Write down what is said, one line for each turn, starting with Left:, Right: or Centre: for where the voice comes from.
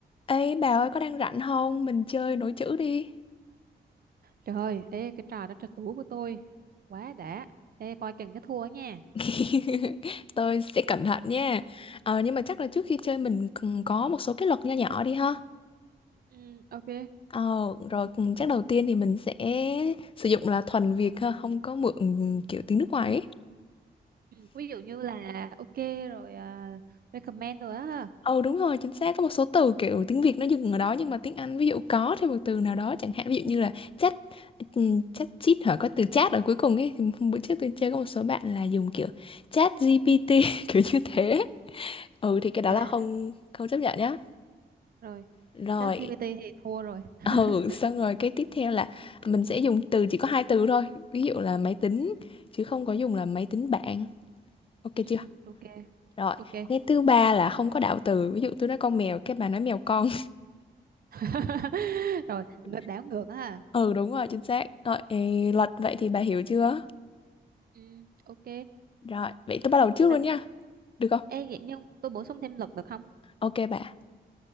Left: Ê bà ơi có đang rảnh không? Mình chơi nối chữ đi.
Right: Trời ơi, ê cái trò đó trò tủ của tôi quá đã. Ê coi chừng cái thua nha.
Left: <laughs> Tôi sẽ cẩn thận nha. Ờ, nhưng mà chắc là trước khi chơi mình cần có một số cái luật nho nhỏ đi ha.
Right: Ừ, ok.
Left: Ờ, rồi chắc đầu tiên thì mình sẽ sử dụng là thuần Việt ha, không có mượn kiểu tiếng nước ngoài ấy.
Right: Ừ, ví dụ như là ok rồi à, recommend rồi á. À,
Left: Ờ đúng rồi, chính xác có một số từ kiểu tiếng Việt nó dừng ở đó nhưng mà tiếng Anh ví dụ có thêm một từ nào đó chẳng hạn ví dụ như là chat ừm, chat chít hả có từ chat ở cuối cùng ấy thì hôm bữa trước tôi chơi có một số bạn là dùng kiểu chat GPT <laughs> kiểu như thế ừ thì cái đó
Right: à,
Left: là không không chấp nhận nhá
Right: rồi
Left: rồi
Right: ChatGPT thì thua rồi. <laughs>
Left: <laughs> ừ xong rồi cái tiếp theo là mình sẽ dùng từ chỉ có hai từ thôi ví dụ là máy tính chứ không có dùng là máy tính bảng ok
Right: Ừ,
Left: chưa
Right: ok.
Left: rồi
Right: Ok.
Left: cái thứ ba là không có đạo từ ví dụ tôi nói con mèo cái bà nói mèo con
Right: <laughs> Rồi,
Left: <laughs>
Right: ngược đảo ngược á. ha.
Left: ừ đúng rồi chính xác rồi ê, luật vậy thì bà hiểu chưa
Right: Ừ, ok.
Left: rồi vậy tôi bắt đầu trước
Right: Mà,
Left: luôn
Right: có-
Left: nha được không
Right: ê vậy nhưng tôi bổ sung thêm luật được không?
Left: ok bà